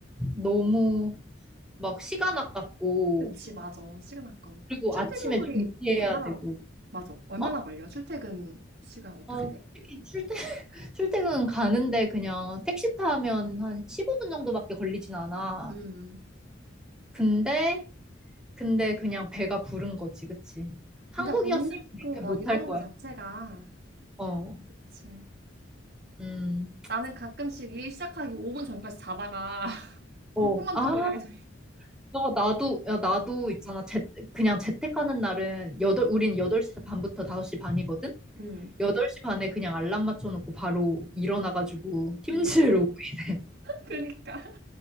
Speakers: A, in the centre; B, on the right.
A: 너무 막 시간 아깝고
B: 그치, 맞아. 시간 아까워.
A: 그리고
B: 출퇴근
A: 아침에
B: 거리
A: 준비해야
B: 얼마나,
A: 되고
B: 맞아. 얼마나
A: 어?
B: 걸려? 출퇴근 시간 어떻게
A: 아히
B: 돼?
A: 출퇴 <laughs> 출퇴근 가는데 그냥 택시 타면 한 15분 정도밖에 걸리진 않아.
B: 음.
A: 근데 근데 그냥 배가 부른 거지, 그치? 한국이었으면
B: 근데 옷 입고
A: 그렇게
B: 뭐
A: 못
B: 이런
A: 할 거야.
B: 거 자체가,
A: 어,
B: 그치.
A: 음,
B: 나는 가끔씩 일 시작하기 5분 전까지 자다가 <laughs>
A: 어,
B: 눈곱만
A: 아,
B: 뜨고 일하게 돼.
A: 너, 나도, 야, 나도 있잖아. 재, 그냥 재택 가는 날은, 여덟, 우린 8시 반부터 5시 반이거든?
B: 음.
A: 8시 반에 그냥 알람 맞춰놓고 바로 일어나가지고 팀즈를
B: 음.
A: 오고 이래.
B: <laughs> 그러니까.